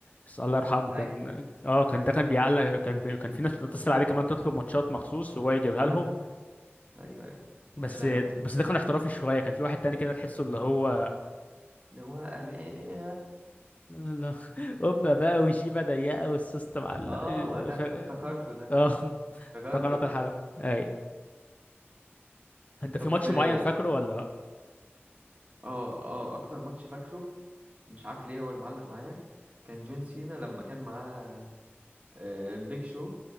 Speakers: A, on the left; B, on the right.
A: بس الله يرحمه كان
B: ايوه
A: اه كان ده كان بيعلق كان بي... كان في ناس بتتصل عليه كمان تطلب ماتشات مخصوص وهو يجيبها
B: <laughs>
A: لهم
B: ايوه ايوه
A: بس
B: يا لهوي
A: بس ده كان احترافي شوية كان في واحد تاني كده تحسه اللي هو
B: اللي هو <laughs>
A: لا <laughs> قبة بقى وجيبة ضيقة والسوست معلق
B: اه ده
A: ف...
B: ده افتكرته ده
A: اه
B: افتكرته
A: <laughs> ده قناة
B: افتكرته
A: الحلبة اي انت
B: طب
A: في ماتش
B: في
A: معين فاكره ولا لا؟
B: اه اه اكتر ماتش فاكره مش عارف ليه هو اللي معلق معايا كان جون سينا لما كان معاه آه، بيج شو